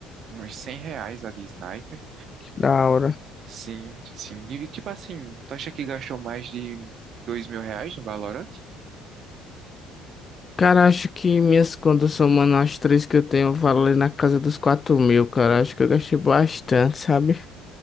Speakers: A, on the right (about 55°); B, on the left (about 35°).
A: uns 100 reais a de Sniper.
B: que da hora.
A: Sim, sim. E tipo assim, tu acha que gastou mais de dois mil reais no Valorant?
B: Cara, acho que minhas contas somando as três que eu tenho, valem na casa dos quatro mil, cara. Acho que eu gastei bastante, sabe?